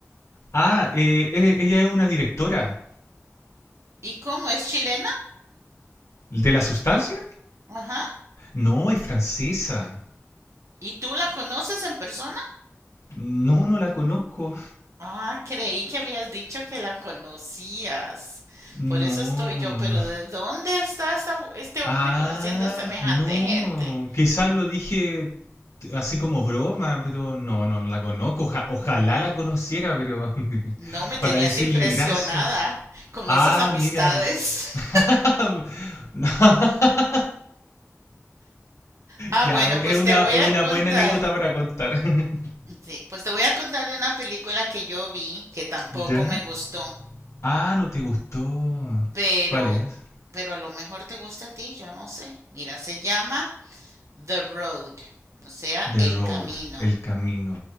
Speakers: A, on the left; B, on the right.
A: Ah, eh, eh, ella es una directora.
B: ¿Y cómo es chilena?
A: ¿De La Sustancia?
B: Ajá.
A: No, es francesa.
B: ¿Y tú la conoces en persona?
A: No, no la conozco.
B: Ah, creí que habías dicho que la conocías.
A: No.
B: Por eso estoy yo, pero ¿de dónde está esta- este
A: Ah,
B: hombre conociendo semejante
A: no.
B: gente?
A: Quizás lo dije así como broma, pero no, no, no la conozco. Oja- ojalá la conociera, pero <laughs>
B: No me tenías
A: para decirle
B: impresionada
A: gracias.
B: con
A: Ah,
B: esas amistades.
A: mira.
B: <laughs>
A: <laughs> No, <laughs>
B: Ah,
A: Ya,
B: bueno,
A: es
B: pues
A: una,
B: te voy
A: es
B: a
A: una
B: contar.
A: buena anécdota para contar. <laughs>
B: Sí, pues te voy a contar de una película que yo vi que tampoco
A: ¿Ya?
B: me gustó,
A: Ah, no te gustó.
B: pero
A: ¿Cuál es?
B: pero a lo mejor te gusta a ti, yo no sé. Mira, se llama The Road, o sea,
A: The
B: El
A: Road,
B: Camino.
A: el camino.